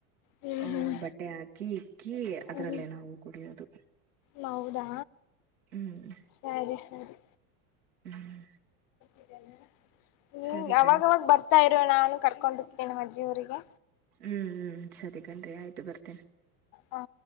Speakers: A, on the left (about 50°); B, on the right (about 85°).
A: ಹ್ಮ್
B: ಅ
A: ಹ್ಮ್
B: ಬಟ್ಟೆ ಹಾಕಿ ಇಕ್ಕಿ
A: ಹ್ಮ್
B: ಅದ್ರಲ್ಲೇ ನಾವು ಕುಡಿಯೋದು
A: ಹೌದಾ
B: ಹ್ಮ್
A: ಸರಿ ಸರಿ
B: ಹ್ಮ್
A: ಇದೆಲ್ಲಿಡದ್
B: ಸರಿ
A: ಹ
B: ಕಣ್ರಿ
A: ಅವಾಗವಾಗ ಬರ್ತಾ ಇ ಇ ನಾನು ಕರ್ಕೊಂಡೊಗ್ತಿನ್ ನಮ್ಮಜ್ಜಿ ಊರಿಗೆ
B: ಹ್ಮ್ ಹ್ಮ್ ಸರಿ ಕಣ್ರೀ ಆಯ್ತು ಬರ್ತೀನಿ
A: ಹಾ